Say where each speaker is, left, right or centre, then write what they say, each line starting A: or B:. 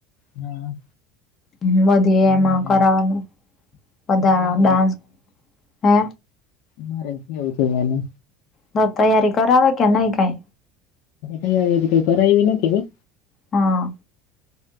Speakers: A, on the left; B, on the left.
A: હા.
B: હ વધી
A: અમારે
B: એમાં કરવાનું. બધા
A: અમારે
B: ડાન્સ હે.
A: મારે આવવું છેને.
B: તો તૈયારી કરાવે કે નહી કઈ.
A: તૈયારી હજી કઈ કરવી નથી હ.
B: હા.